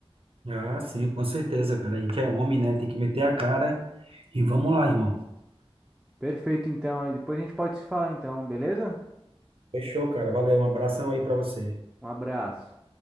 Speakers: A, on the right; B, in the centre.
A: Ah, sim, com certeza, cara. A gente é homem, né? Tem que meter a cara e vamos lá, irmão.
B: Perfeito, então, aí depois a gente pode se falar então, beleza?
A: Fechou, cara. Valeu, um abração aí pra você.
B: Um abraço.